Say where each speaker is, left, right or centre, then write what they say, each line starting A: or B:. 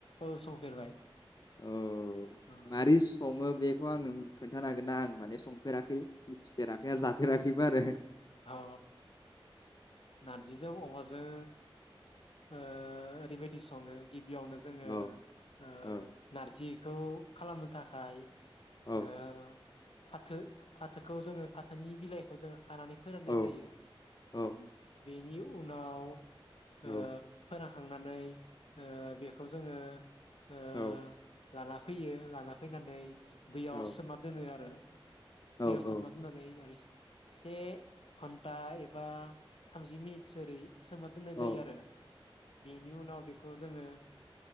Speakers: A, on the left; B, on the left.
A: औ संफेरबाय।
B: औ
A: अ
B: मारै सङो बे बेखौ आङो खोन्थानो हागोन आं माने संफेराखै मिथिफेराखै आरो जाफेराखैबो आरो
A: अ नारजिजों अमाजों ओ ओरै बायदि सङो। गिबियावनो जोङो
B: औ
A: ओ
B: औ
A: नारजि खौ खालामनो थाखाय
B: औ
A: ओ फाथो फाथोखौ जोङो फाथोनि बिलाइखौ जोङो खानानै फोरानाय
B: औ
A: जायो
B: औ
A: उम बेनि उनाव ओ
B: औ
A: फोररा खांनानै ओ बेखौ जोङो ओ
B: औ
A: लाना फैयो लाना फैनानै दैयाव
B: औ
A: सोमा दोनो आरो <inaudible>
B: औ
A: दैयाव सोमना
B: औ
A: दोन्नानै रिस से घन्टा एबा थामजि मिनिट जेरै सोमना दोननाय जायो
B: औ
A: आरो बेनि उनाव बेखौ जोंयो